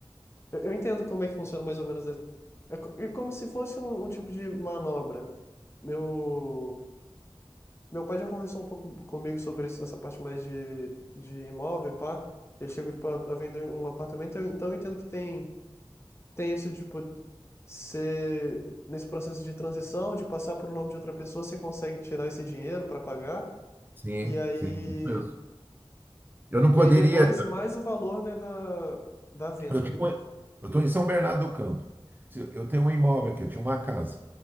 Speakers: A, on the left (about 25°); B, on the right (about 20°).
A: Eu, eu entendo como é que funciona mais ou menos. esse- É, co- é como se fosse um, um tipo de manobra. Meu, meu pai já conversou um pouco comigo sobre isso- essa parte mais de, de imóvel, pá. Ele chegou, tipo, a, a vender um apartamento, eu- então eu entendo que tem, tem isso de, tipo, ser nesse processo de transição, de passar por o nome de outra pessoa, você consegue tirar esse dinheiro para pagar,
B: sim,
A: e aí,
B: sim, isso mesmo. Eu não poderia.
A: e aí depois mais o valor, né, da, da venda,
B: Eu tinha uma-
A: né?
B: eu estou em São Bernardo do Campo. Se- Eu tenho um imóvel aqui, eu tinha uma casa.